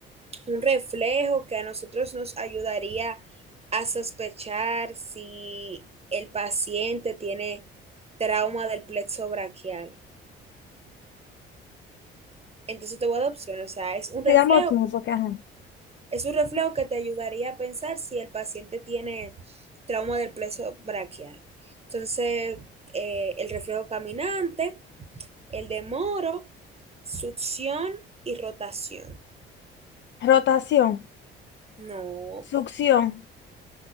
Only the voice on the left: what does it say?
Digamos
tú, porque ajá.
Rotación,
succión.